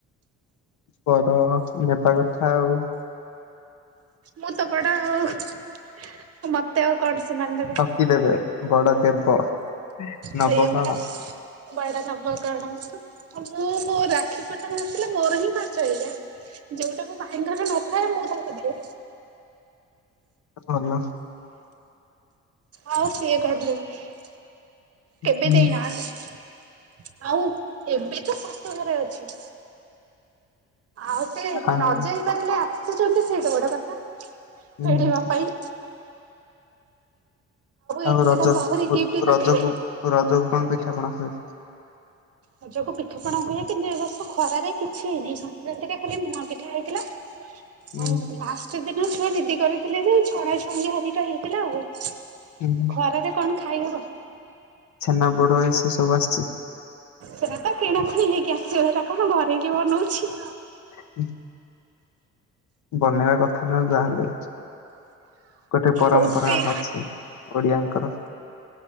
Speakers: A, on the left; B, on the right.
A: ବଡ ହୁଅ, ନେବା କଥା ଆଉ।
B: ମୁଁ ତ ବଡ଼ ଆଉ। ମତେ ଆଉ କଣ ସେମାନେ ଦେବେ।
A: କି ଦେବେ, ବଡ ଦେବ। ନବ
B: ସେଇଆ
A: କଣ
B: ପରା। ବଡ ନବ କଣ। ଆ ମୁଁ ମୋ ରାକ୍ଷୀ ପୂର୍ଣ୍ଣିମା ଆସିଲେ ମୋର ହିଁ ଖର୍ଚ୍ଚ ହେଇଯାଏ। ଯୋଉଟା ମୋ ଭାଇଙ୍କର ନଥାଏ, ମୁଁ ତାଙ୍କୁ ଦିଏ।
A: ଭଲ।
B: ଆଉ ସିଏ କରିଦେବେ, କେବେ
A: ହୁଁ,
B: ଦେଇନାହାଁନ୍ତି। ଆଉ ଏବେ ତ ଶାଶୂଘରେ ଅଛି। ଆଉ ସେ ନ
A: ଆଉ
B: ଯେଇ ପାରିଲେ ଆସୁଛନ୍ତି ସେଇଟା ବଡ କଥା, ସେଇଡି
A: ହୁଁ
B: ହେବା ପାଇଁ। ଏଥିରେ
A: ଆଉ ରଜ
B: ତାଙ୍କୁ ଆହୁରି
A: ଉ
B: ଗିଫ୍ଟ ଦରକାର
A: ରଜକୁ ରଜକୁ କଣ ପିଠାପଣା ହୁଏ?
B: ରଜକୁ ପିଠପଣା ହୁଏ କିନ୍ତୁ ଏ ବର୍ଷ ଖରାରେ କିଛି ହେଇନି। ଏଇ ସଂକ୍ରାନ୍ତିରେ ଖାଲି ମୁଆଁ ପିଠା ହେଇଥିଲା ହଉ
A: ଉଁ
B: ହଉ, ଲାଷ୍ଟେ ଦିନ ଛୁଆ ଜିଦି କରିଥିଲେ ଯେ, ଛଣା ଛାଣି ଯାହା ଦିଟା ହେଇଥିଲା ଆଉ। ଏ
A: ହୁଁ
B: ଖରାରେ କଣ ଖାଇହବ।
A: ଛେନା ପୋଡ଼ ଏ ସେସବୁ ଆସିଛି?
B: ସେଟା ତ କିଣା କୁଣି ହେଇକି ଆସିବ, ହେଇରା କଣ ଘରେ କିଏ ବନଉଛି।
A: ହୁଁ। ବନେଇବା କଥା ନା ଆଉ ଯାହେଲେ। ଗୋଟେ ପରମ୍ପରା
B: ରୋଷେଇ
A: ଅଛି ଓଡିଆଙ୍କର।